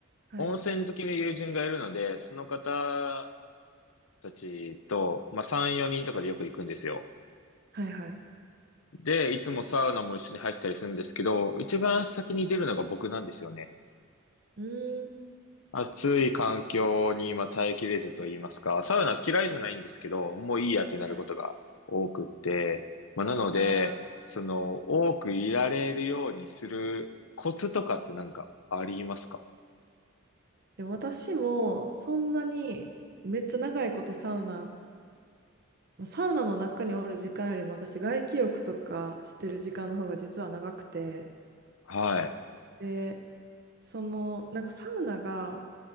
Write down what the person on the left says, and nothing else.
温泉好きの友人がいるので、その方たちと、まあ、3、4人とかでよく行くんですよ。
で、いつもサウナも一緒に入ったりするんですけど、一番先に出るのが僕なんですよね。
暑い環境に今耐えきれずと言いますか、サウナ嫌いじゃないんですけど、もういいやってなることが多くって、
まあ、なので、
その、多くいられるようにするコツとかってなんかありますか
はい。